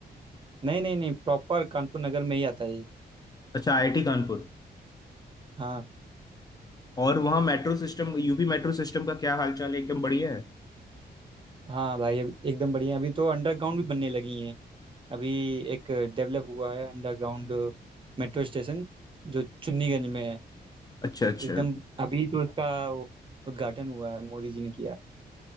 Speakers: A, on the right (about 30°); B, on the left (about 25°).
A: नहीं नहीं नहीं प्रॉपर कानपुर नगर में ही आता है ये
B: अच्छा आईआईटी कानपुर
A: हाँ
B: और वहाँ metro system UP metro system का क्या हालचाल है एकदम बढ़िया है
A: हाँ भाई अभी- एकदम बढ़िया अभी तो अंडरग्राउंड भी बनने लगी हैं अभी एक डेवलप हुआ है अंडरग्राउंड मेट्रो स्टेशन जो चुन्नीगंज में है
B: अच्छा अच्छा
A: एकदम अभी तो इसका वो उद्घाटन हुआ है मोदी जी ने किया